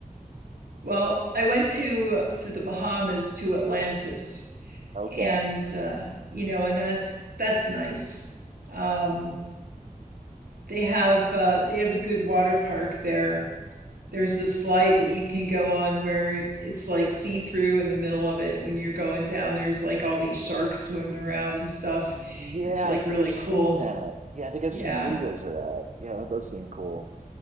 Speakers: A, on the right (about 85°); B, on the right (about 55°).
A: well i went to to the bahamas to atlantis
B: Okay.
A: and uh you know and that's that's nice um they have uh, they have a good water park there. There's a slide that you can go on where it's like see through in the middle of it when you're going down. There's like all these sharks swimming around and stuff.
B: Yeah,
A: It's like
B: I think
A: really
B: I've seen
A: cool.
B: that. Yeah, I think I've
A: Yeah.
B: seen videos of that. Yeah, that does seem cool.